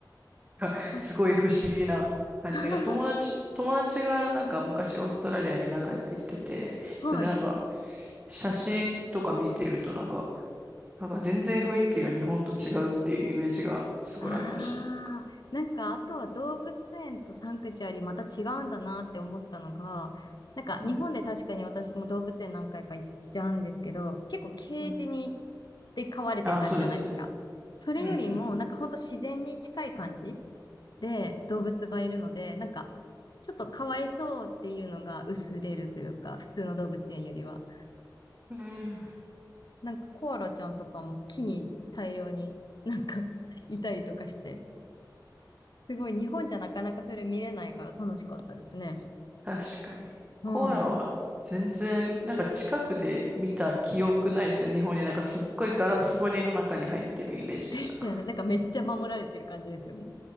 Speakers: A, on the right; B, on the left.
A: <laughs> なんかすごい不思議な感じが、
B: 確かに。<laughs>
A: 友達、友達がなんか昔オーストラリアに何回か行ってて、
B: はい。
A: それでなんか写真とか見てるとなんか、なんか全然雰囲気が日本と違うっていうイメージがすごいありましたね。
B: ああ、
A: なんか
B: なんか、あとは動物園とサンクチュアリまた違うんだなって思ったのが、なんか、
A: うん。
B: 日本で確かに私も動物園何回か行ったんですけど、結構ケージに、
A: うん
B: で飼われてる感じじゃないですか。
A: あ、そうですね。
B: それよりも、
A: うん。
B: なんかほんと自然に近い感じで動物がいるので、なんか、ちょっとかわいそうっていうのが薄れるというか、普通の動物園よりは。
A: うん。
B: なんかコアラちゃんとかも木に大量になんか <laughs> いたりとかして、すごい、日本じゃなかなかそれ見れないから楽しかったですね。
A: 確かに。
B: は
A: コアラは全然、なんか近くで見た記憶ないですよ。日本になんかすっごいガラス張りの中に入ってるイメージでした。
B: い。ですよね。なんかめっちゃ守られてる感じですよね。